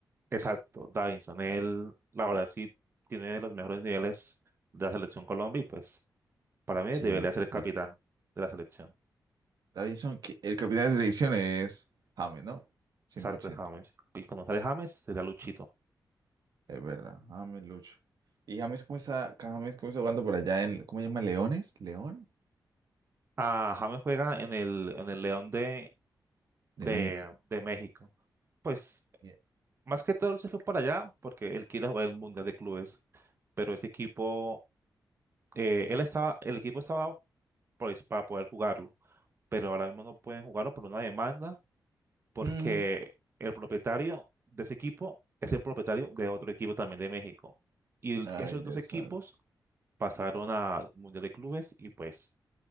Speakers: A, on the right; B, on the right.
A: Exacto, Davinson. Él, la verdad, sí tiene los mejores niveles de la selección Colombia y pues para mí
B: Sí,
A: debería ser
B: sí,
A: el
B: sí.
A: capitán de la selección.
B: Davinson, que- el capitán de selección es James, ¿no? cien
A: Exacto,
B: por ciento
A: James. Y cuando sale James, será Luchito.
B: Es verdad, James Lucho. Y James, ¿cómo está? James, ¿cómo está jugando por allá en, ¿cómo se llama? ¿Leones? ¿León?
A: Ah, James juega en el, en el León de, de,
B: De México.
A: de México. Pues
B: Bien.
A: más que todo él se fue para allá porque él quiere jugar el Mundial de Clubes, pero ese equipo, eh, él estaba, el equipo estaba pues para poder jugarlo, pero ahora mismo no pueden jugarlo por una demanda porque
B: Ujú.
A: el propietario de ese equipo es el propietario de otro equipo también de México. Y
B: Ay,
A: esos
B: Dios
A: dos equipos
B: santo.
A: pasaron al Mundial de Clubes y pues